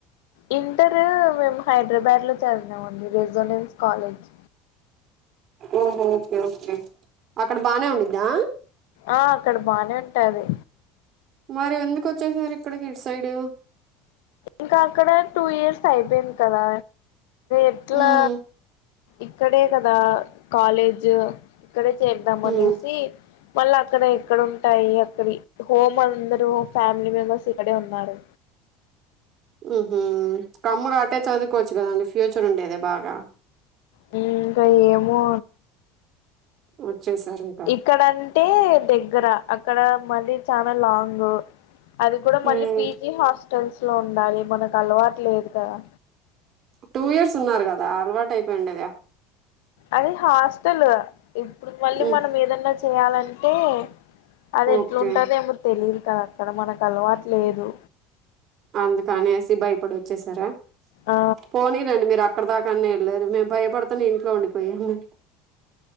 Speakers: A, on the left (about 90°); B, on the right (about 40°).
A: ఇంటరు మేము హైదరాబాద్ లో చదివాము అండి రెజోనెన్స్ కాలేజ్
B: ఓహో ఓకే ఓకే అక్కడ బానే ఉండిద్దా
A: ఆ అక్కడ బానే ఉంటాది
B: మరి ఎందుకు వచ్చేసారు ఇక్కడికి ఇటు సైడు
A: ఇంకా అక్కడే టూ ఇయర్స్ అయిపోయింది కదా ఎట్లా
B: ఉమ్
A: ఇక్కడే కదా కాలేజ్ ఇక్కడే చేరద్దాం
B: ఉమ్
A: అనేసి మళ్ళ అక్కడ ఇక్కడ ఉంటాయి అక్కడి హోమ్ అందరూ ఫ్యామిలీ మెంబర్స్ ఇక్కడే ఉన్నారు
B: ఉహూ మ్ కమ్ముగా అటే చదువుకోవచ్చు కదండి ఫ్యూచర్ ఉండేది బాగా
A: మ్.. ఇంకా ఏమో
B: వచ్చేసారు ఇంకా
A: ఇక్కడ అంటే దగ్గర అక్కడ మళ్ళీ చాలా లాంగ్ అది కూడా మళ్ళీ
B: ఉమ్
A: పీజీ హాస్టల్స్ లో ఉండాలి మనకు అలవాటు లేదు కదా
B: టూ ఇయర్స్ ఉన్నారు కదా అలవాటు అయిపోయిండెగా
A: అది హాస్టల్ ఇప్పుడు మళ్ళీ
B: ఉమ్
A: మనం ఏదన్నా చేయాలంటే అది
B: ఓకే
A: ఎట్లుంటాదొ ఏమో తెలిదు కదా అక్కడ మనకు అలవాటు లేదు
B: అందుకనేసి భయపడి వచ్చేసారా
A: ఆ
B: పోనీలేండి మీరు అ అక్కడ దాకాన్న యేళ్ళారు మేము భయపడుతునే ఇంట్లో ఉండిపోయాము